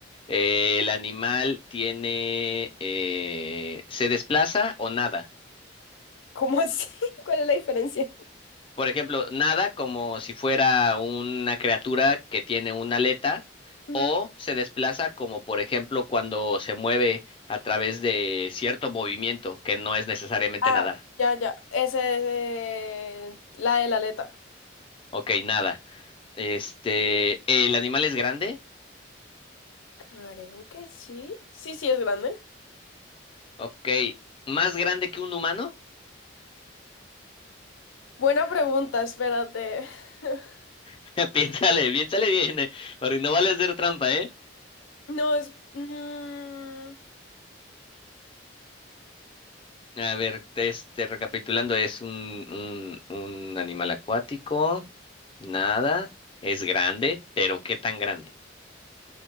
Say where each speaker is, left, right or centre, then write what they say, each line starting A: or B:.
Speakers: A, on the left; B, on the left.
A: Eh, el animal tiene... eh, ¿se desplaza o nada?
B: ¿Cómo así? <laughs> ¿Cuál es la diferencia?
A: Por ejemplo, nada como si fuera una criatura que tiene una aleta
B: Ujú.
A: o se desplaza como por ejemplo cuando se mueve a través de cierto movimiento que no es necesariamente
B: Ah,
A: nadar.
B: ya, ya. Ese es eh, la de la aleta.
A: Ok, nada. Este, ¿el animal es grande?
B: Creo que sí. Sí, sí, es grande.
A: Ok, ¿más grande que un humano?
B: Buena pregunta, espérate. <laughs>
A: <laughs> Piénsale, piénsale bien, eh, porque no vale hacer trampa, ¿eh?
B: No, es... mm,
A: A ver, este, recapitulando, es un, un, un animal acuático, nada, es grande, pero ¿qué tan grande?